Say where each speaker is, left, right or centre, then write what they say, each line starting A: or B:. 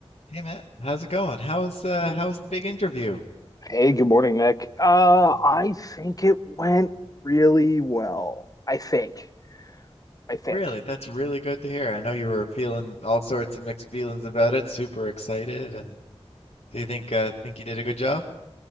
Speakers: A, on the left; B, on the left.
A: Hey Matt, how's it going? How's uh Hey. how was the big interview?
B: Hey, good morning, Nick. Uh,
A: Hey.
B: I think it went really well. I think. I think.
A: Really, that's really good to hear. I know you were feeling all sorts of mixed feelings about it, super excited, and do you think uh think you did a good job?